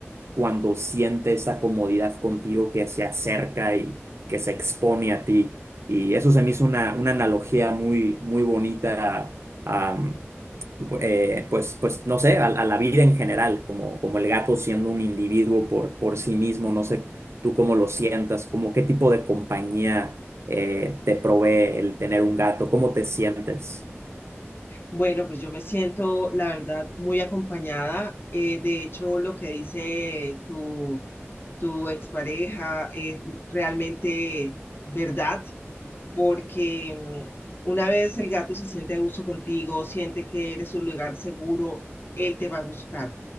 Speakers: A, on the right; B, on the left.
A: cuando siente esa comodidad contigo que se acerca y que se expone a ti. Y eso se me hizo una, una analogía muy, muy bonita a, a, eh, pues, pues no sé, a, a la vida en general, como, como el gato siendo un individuo por, por sí mismo, no sé tú cómo lo sientas, como qué tipo de compañía eh, te provee el tener un gato, cómo te sientes.
B: Bueno, pues yo me siento, la verdad, muy acompañada. Eh, de hecho, lo que dice tu, tu expareja es realmente verdad. porque mm, una vez el gato se siente a gusto contigo, siente que eres un lugar seguro, él te va a buscar.